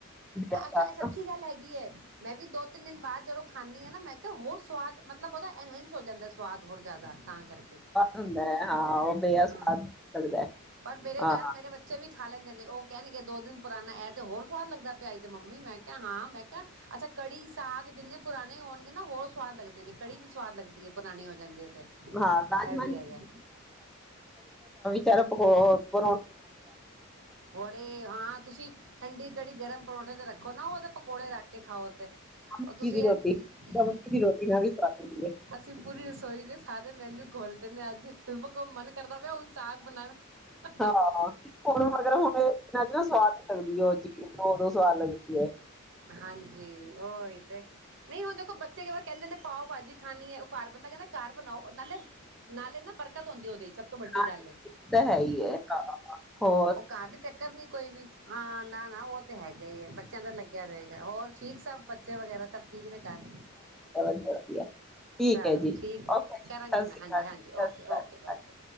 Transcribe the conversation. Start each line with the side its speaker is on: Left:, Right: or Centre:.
Centre: ਸਵਾਦ
Right: ਅੱਛਾ ਇਹ ਸੱਚੀ ਗੱਲ ਹੈਗੀ ਹੈ ਮੈਂ ਵੀ ਦੋ ਤਿੰਨ ਦਿਨ ਬਾਅਦ ਜਦੋਂ ਖਦਾ ਨਾ ਮੈਂ ਕਿਹਾ ਹੋਰ ਸਵਾਦ ਮਤਲਬ ਉਹਦਾ ਐਨਵਿੰਸ ਹੋ ਜਾਂਦਾ ਸਵਾਦ ਹੋਰ ਜ਼ਿਆਦਾ ਤਾਂ ਕਰਕੇ
Centre: ਹੁੰਦਾ ਹੈ ਹਾਂ ਉਹ ਬੇਆ ਸਵਾਦ
Right: ਹਾਂ
Centre: ਲੱਗਦਾ
Right: ਪਰ ਮੇਰੇ
Centre: ਹਾਂ
Right: ਘਰ ਮੇਰੇ ਬੱਚੇ ਵੀ ਖਾ ਲੈਂਦੇ ਨੇ ਉਹ ਕਹਿਣਗੇ ਦੋ ਦਿਨ ਪੁਰਾਾਨਣਾ ਇਹ ਤੇ ਹੋਰ ਸਵਾਦ ਲਗ ਪਿਆ ਜੀ ਮੰਮੀ ਮੈਂ ਕਿਹਾ ਹਾਂ ਮੈਂ ਕਿਹਾ ਅੱਛਾ ਕੜੀ ਸਾਗ ਜਿੰਨੇ ਪੁਰਾਣੇ ਹੋਣਗੇ ਨਾ ਹੋਰ ਸਵਾਦ ਲੱਗਦੇ ਨੇ ਕੜੀ ਵੀ ਸਵਾਦ ਲੱਗਦੀ ਹੈ ਪੁਰਾਣੀ ਹੋ ਜਾਂਦੀ ਹੈ ਤੇ ਇਹ
Centre: ਹਾਂ ਰਾਜਮਾਂ
Right: ਵੀ
Centre: ਨੀ
Right: ਹੈਗਾ
Centre: ਚਰ ਪਕ ਬੋਂ
Right: ਬੜੇ ਹਾਂ ਤੁਸੀਂ ਠੰਡੀ ਕੜੀ ਗਰਮ ਪਰੌਂਠੇ ਤੇ ਰੱਖ ਦੇਖੋ ਨਾ ਉਹਦੇ ਪਕੌੜੇ ਰੱਖ ਕੇ ਖਾਓ ਤੇ
Centre: ਮੱਕੀ
Right: ਉਹ ਤੁਸੀਂ
Centre: ਦੀ
Right: ਇਹ
Centre: ਰੋਟੀ ਮੱਕੀ ਦੀ ਰੋਟੀ ਨਾਲ ਵੀ ਸਵਾਦ ਲੱਗਦੀ ਹੈ।
Right: ਅਸੀਂ ਪੂਰੀ ਰਸੋਈ ਦੇ ਸਾਰੇ ਮੈਨੂ ਕੋਲ ਅੱਜ ਮਨ ਕਰਦਾ ਪਿਆ ਹੁਣ ਸਾਗ ਬਣਾਣਾ
Centre: ਹ ਹੁਣ ਮਗ ਹੁਣ ਦਿਨਾਂ ਚ ਨਾ ਸਵਾਦ ਲੱਗਦੀ ਹੈ ਉਹ ਚੀਜ਼ ਦੋ ਦੋ ਸਵਾਦ ਲੱਗਦੀ ਹੈ
Right: ਹਾਂਜੀ ਉਹਹੀ ਤੇ ਨਹੀਂ ਹੁਣ ਦੇਖੋ ਬੱਚੇ ਕਹਿੰਦੇ ਨੇ ਪਾਓ ਭਾਜੀ ਖਾਣੀ ਹੈ ਉਹ ਕਾਰਬਨ ਦਾ ਕਹਿੰਦਾ ਕਾਰਬਨ ਆਓ ਨਾਲੇ ਨਾਲੇ ਨਾ ਬਰਕਤ ਹੁੰਦੀ ਉਹਦੇ ਸਭ ਤੋਂ ਵੱਡੀ
Centre: ਹਾਂ
Right: ਗੱਲ ਏ
Centre: ਤਾਂ ਹੈ ਹੀ ਹੈ ਹੋ
Right: ਉਹ ਘਰ ਦੀ ਟੱਕਰ ਨੀ ਕੋਈ ਵੀ ਹਾਂ ਨਾ ਨਾ ਉਹ ਤੇ ਹੈਗਾ ਹੀ ਆ ਬੱਚਿਆਂ ਦਾ ਲੱਗ ਹੋਰ ਠੀਕ ਸਭ ਬੱਚੇ ਵਗੈਰਾ ਸਭ ਠੀਕ ਨੇ ਘਰ
Centre: ਵਧੀਆ ਵਧੀਆ ਠੀਕ
Right: ਚਲੋ
Centre: ਹੈ ਜੀ
Right: ਠੀਕ
Centre: ਓਕੇ ਜੀ
Right: ਕਰਾਂਗੀ
Centre: ਸਤਿ ਸ਼੍ਰੀ
Right: ਮੈਂ ਹਾਂਜੀ
Centre: ਅਕਾਲ
Right: ਹਾਂਜੀ
Centre: ਜੀ ਸਤਿ
Right: ਓਕੇ
Centre: ਸ਼੍ਰੀ ਅਕਾਲ
Right: ਓਕੇ ਓਕੇ